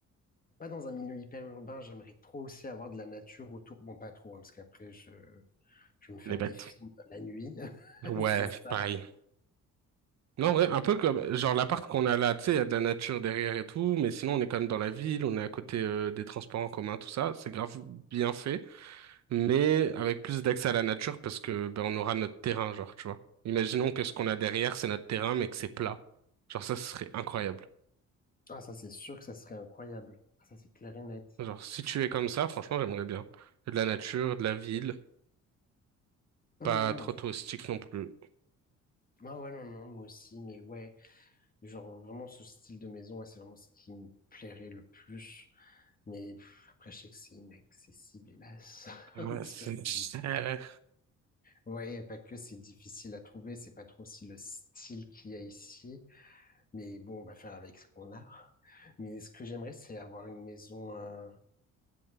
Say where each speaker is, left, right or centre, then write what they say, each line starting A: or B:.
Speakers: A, on the left; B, on the right.
A: pas dans un milieu hyper urbain, j'aimerais trop aussi avoir de la nature autour. Bon, pas trop, hein, parce qu'après, je, je vais me faire
B: les bêtes.
A: des films la nuit. <laughs> C'est
B: Ouais,
A: ça.
B: pareil. Non, ouais, un peu comme, genre, l'appart qu'on a là, tu sais, il y a de la nature derrière et tout, mais sinon, on est quand même dans la ville, on est à côté, euh, des transports en commun, tout ça. C'est grave bien fait, mais avec plus d'accès à la nature parce que, ben, on aura notre terrain, genre, tu vois. Imaginons que ce qu'on a derrière, c'est notre terrain, mais que c'est plat. Genre, ça, ce serait incroyable.
A: Ah, ça, c'est sûr que ça serait incroyable. Ah, ça, c'est clair et net.
B: Genre, si tu es comme ça, franchement, j'aimerais bien. De la nature, de la ville,
A: Non,
B: pas
A: non,
B: trop
A: moi aussi.
B: touristique non plus.
A: Ah, ouais, non, non, moi aussi, mais ouais. Genre, vraiment, ce style de maison, ouais, c'est vraiment ce qui me plairait le plus. Mais pff, après, je sais que c'est inaccessible, hélas. <laughs>
B: Ouais,
A: Parce
B: c'est...
A: que c'est...
B: cher.
A: c'est- Ouais, pas que, c'est difficile à trouver. C'est pas trop aussi le style qu'il y a ici. Mais bon, on va faire avec ce qu'on a. Mais ce que j'aimerais, c'est avoir une maison euh,